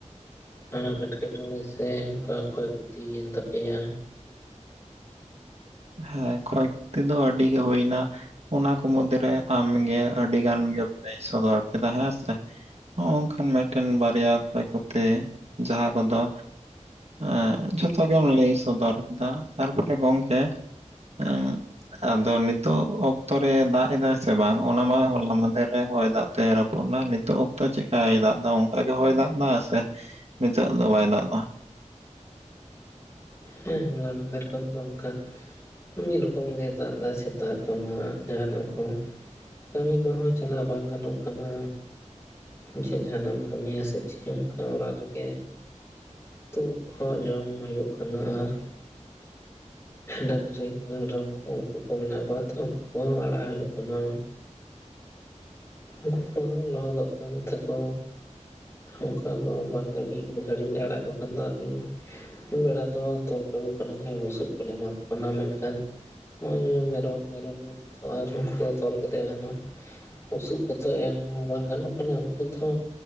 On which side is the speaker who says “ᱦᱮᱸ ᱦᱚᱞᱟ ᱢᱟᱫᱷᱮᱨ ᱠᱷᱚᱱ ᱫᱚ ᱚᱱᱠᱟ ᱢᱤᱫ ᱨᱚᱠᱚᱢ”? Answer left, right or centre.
Left